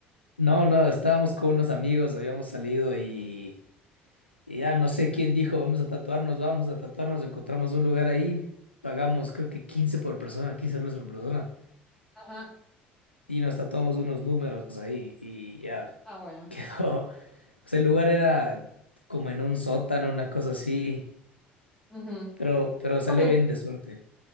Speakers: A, on the left; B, in the centre.
A: No, no, estábamos con unos amigos, habíamos salido y... Y ya no sé quién dijo, vamos a tatuarnos, vamos a tatuarnos, encontramos un lugar ahí, pagamos creo que 15 por persona, 15 dólares por persona,
B: Ajá.
A: y nos tatuamos unos números ahí, y ya
B: Ah, bueno.
A: <laughs> quedó. O sea, el lugar era como en un sótano, una cosa así,
B: Ujú.
A: pero, pero salió
B: Joder.
A: bien de suerte.